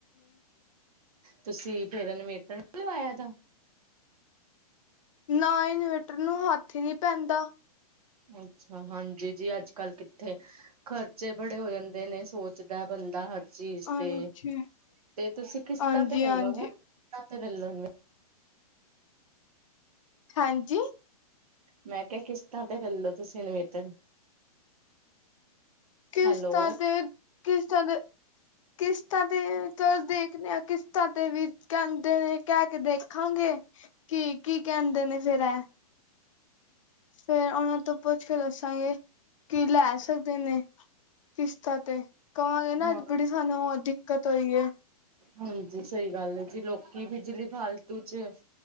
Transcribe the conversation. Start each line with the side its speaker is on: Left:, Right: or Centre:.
Right: ਤੁਸੀਂ ਫੇਰ ਇਨਵੇਟਰ ਨਹੀ ਲਵਾਇਆ ਦਾ।
Left: ਨਾ ਇਨਵੇਟਰ ਨੂੰ ਹੱਥ ਹੀ ਨਹੀਂ ਪੈਂਦਾ।
Right: ਅੱਛਾ, ਹਾਂਜੀ ਜੀ ਅੱਜ-ਕੱਲ ਕਿੱਥੇ ਖਰਚੇ ਬੜੇ ਹੋ ਜਾਂਦੇ, ਨੇ ਸੋਚਦਾ ਬੰਦਾ ਚੀਜ਼
Left: ਹਾਂਜੀ,
Right: ਤੇ ਤੇ ਤੁਸੀਂ ਕਿਸ਼ਤਾਂ
Left: ਹਾਂਜੀ,
Right: ਤੇ ਲੈਲੋ
Left: ਹਾਂਜੀ।
Right: ਨਾ ਕਿਸ਼ਤਾਂ ਲੈਲੋ।
Left: ਹਾਂਜੀ,
Right: ਮੈਂ ਕਿਹਾ ਕਿਸ਼ਤਾਂ ਤੇ ਲੈਲੋ ਤੁਸੀਂ ਅਨਵੇਟਰ
Left: ਕਿਸ਼ਤਾਂ
Right: ਹੈਲੋ
Left: ਤੇ ਕਿਸ਼ਤਾਂ ਦੇ ਕਿਸ਼ਤਾਂ ਦੇ ਚਲੋ ਦੇਖਦੇ ਆ। ਤੇ ਵੀ ਕਹਿੰਦੇ ਨੇ ਕਹਿ ਕੇ ਦੇਖਾਂਗੇ, ਕੀ ਕੀ ਕਹਿੰਦੇ ਨੇ ਫੇਰ ਐ। ਫੇਰ ਉਹਨਾਂ ਤੋਂ ਪੁੱਛ ਕੇ ਦੱਸਾਂਗੇ, ਕੀ ਲੈ ਸਕਦੇ ਨੇ। ਕਿਸ਼ਤਾਂ ਤੇ ਕਹਾਂਗੇ ਨਾ
Right: ਹਾਂ
Left: ਬੜੀ ਸਾਨੂੰ ਦਿੱਕਤ ਹੋਈ ਹੈ।
Right: ਹਾਂਜੀ ਸਹੀ ਗੱਲ ਹੈ, ਜੀ ਲੋਕੀ ਬਿਜਲੀ ਫਾਲਤੂ ਚ